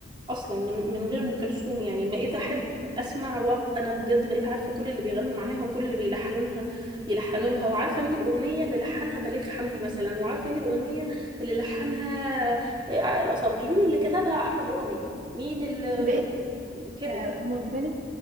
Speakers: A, on the right (about 25°); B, on the right (about 40°).
A: أصلا من من غير أم كلثوم يعني بقيت أحب أسمع وأنا بجد بقيت عارفة كل اللي بيغنوا معاها وكل اللي بيلحنونها يلحنوا لها وعارفة مين الأغنية اللي لحنها بليغ حمدي مثلا وعارفة مين الأغنية اللي لحنها آه، الأصابجي مين اللي كتبها أحمد رامي مين اللي
B: بقيت
A: <laughs> كده
B: آه، مدمنه